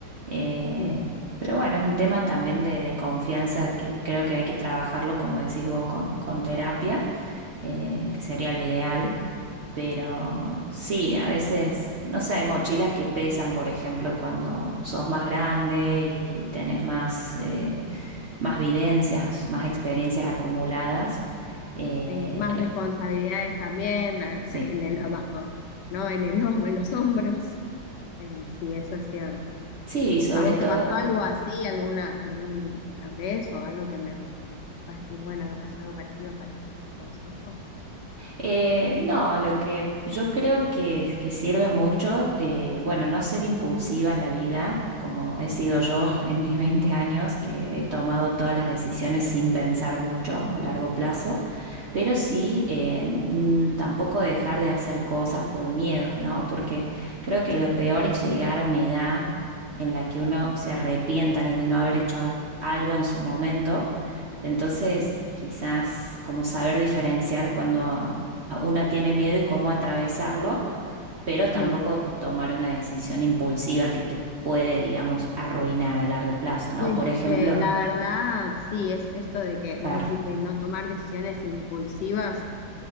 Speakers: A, on the right; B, on the left.
A: Eh,
B: Sí.
A: pero bueno, es un tema también de, de confianza que creo que hay que trabajarlo, como decís vos, con, con terapia eh, que sería lo ideal. Pero sí, a veces, no sé, hay mochilas que pesan, por ejemplo, cuando sos más grande y tenés más, eh, más vivencias, más experiencias acumuladas. Eh,
B: Sí, más responsabilidades también en
A: sí,
B: en el abajo, ¿no? En el hom- en los hombros. Eh, sí, eso es cierto.
A: sí, sobre
B: ¿A vos
A: todo.
B: te pasó algo así alguna alguna vez o algo que me como que me puedas decir, bueno, me pasó algo parecido para un consejo?
A: eh, no, lo que yo creo que, que sirve mucho, eh, bueno, no ser impulsiva en la vida, como he sido yo <laughs> en mis 20 años, que he tomado todas las decisiones sin pensar mucho a largo plazo. pero sí eh, n- tampoco dejar de hacer cosas por miedos, ¿no? Porque creo que lo peor es llegar a una edad en la que uno se arrepienta de no haber hecho a- algo en su momento. Entonces, quizás como saber diferenciar cuando a- a una tiene miedo y cómo atravesarlo, pero tampoco
B: Mm.
A: tomar una decisión impulsiva que te puede, digamos, arruinar a largo plazo, ¿no?
B: Este,
A: Por ejemplo,
B: la verdad, sí, es esto de que
A: claro.
B: vos decís de no tomar decisiones impulsivas,